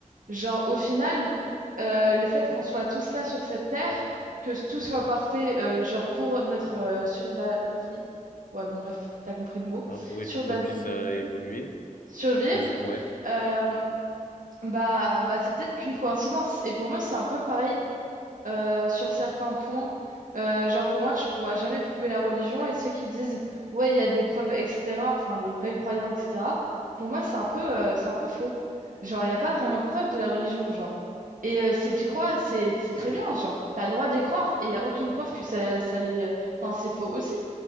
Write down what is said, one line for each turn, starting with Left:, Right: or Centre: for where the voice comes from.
Right: Genre, au final, euh, le fait qu'on soit tous là sur cette terre, que tout soit parfait, euh, genre, pour notre euh, survie, ouais, bon, bref, t'as compris le mot,
Left: Enfin, pour, oui,
Right: survabilité,
Left: pour qu'on puisse euh, évoluer,
Right: survivre,
Left: je pourrais.
Right: euh, bah, bah, c'est peut-être qu'une coïncidence. Et pour moi, c'est un peu pareil euh, sur certains points. Euh, genre, pour moi, tu pourras jamais prouver la religion. Et ceux qui disent, ouais, il y a des preuves, etc., enfin, les vrais croyants, etc., pour moi, c'est un peu, euh, c'est un peu faux. Genre, il n'y a pas vraiment de preuves de la religion, genre. Et euh, si tu crois, c'est c'est très bien, genre, t'as le droit d'y croire. Et il n'y a aucune preuve que ça, ça les. Enfin, c'est faux aussi.